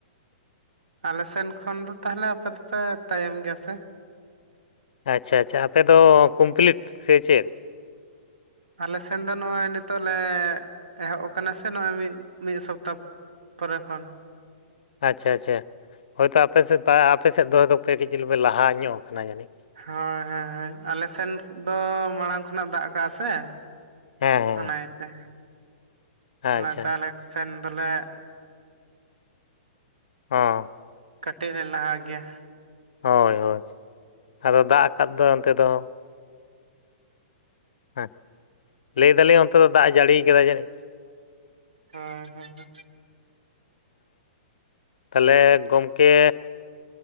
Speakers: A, on the right (about 65°); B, on the left (about 60°).
A: ᱟᱞᱮ ᱥᱮᱱ ᱠᱷᱚᱱ ᱫᱚ ᱛᱟᱦᱚᱞᱮ ᱟᱯᱮ ᱫᱚᱯᱮ ᱛᱟᱭᱚᱢ ᱜᱮᱭᱟ ᱥᱮ?
B: ᱟᱪᱷᱟ ᱟᱪᱷᱟ ᱟᱯᱮᱫᱚ ᱠᱚᱢᱯᱞᱤᱴ ᱥᱮ ᱪᱮᱫ?
A: ᱟᱞᱮ ᱥᱮᱱ ᱫᱚ ᱱᱚᱜᱼᱚᱭ ᱱᱤᱛᱚᱜ ᱞᱮ ᱮᱦᱚᱵ ᱟᱠᱟᱱᱟ ᱥᱮ ᱱᱚᱜᱼᱚᱭ ᱢᱤᱫ, ᱢᱤᱫ ᱥᱚᱯᱛᱟᱦ ᱯᱚᱨᱮ ᱠᱷᱚᱱ᱾
B: ᱟᱪᱪᱷᱟ ᱟᱪᱪᱷᱟ ᱦᱳᱭᱛᱚ ᱟᱯᱮᱥᱮᱫ, ᱟᱯᱮᱥᱮᱫ ᱫᱚ ᱯᱮ <unintelligible> ᱞᱟᱦᱟ ᱧᱚᱜ ᱟᱠᱟᱱᱟ ᱡᱟᱹᱱᱤᱡ᱾
A: ᱦᱳᱭ ᱦᱳᱭ ᱦᱳᱭ ᱟᱞᱮᱥᱱ ᱫᱚ ᱢᱟᱲᱟᱝ ᱠᱷᱚᱱᱟᱜ ᱫᱟᱜ ᱟᱠᱟᱜᱼᱟ ᱥᱮ
B: ᱦᱮᱸ ᱦᱮᱸ
A: ᱚᱱᱟᱛᱮ, ᱚᱱᱟᱛᱮ
B: ᱟᱪᱪᱷᱟ ᱟᱪᱪᱷᱟ
A: ᱟᱞᱮ ᱥᱮᱱ ᱫᱚᱞᱮ
B: ᱦᱚᱸ
A: ᱠᱟᱹᱴᱤᱡ ᱞᱮ ᱞᱟᱦᱟ ᱜᱮᱭᱟ᱾
B: ᱦᱳᱭ ᱦᱳᱭ ᱟᱫᱚ ᱫᱟᱜ ᱟᱠᱟᱫ ᱫᱚ ᱚᱱᱛᱮ ᱫᱚ ᱦᱮᱸ ᱞᱟᱹᱭ ᱫᱟᱞᱤᱧ ᱚᱱᱛᱮ ᱫᱚ ᱫᱟᱜ ᱡᱟᱹᱲᱤ ᱠᱮᱫᱟᱭ ᱡᱟᱹᱱᱤᱡ
A: ᱦᱮᱸ ᱦᱮᱸ ᱦᱮᱸ
B: ᱛᱟᱦᱚᱞᱮ ᱜᱚᱢᱠᱮ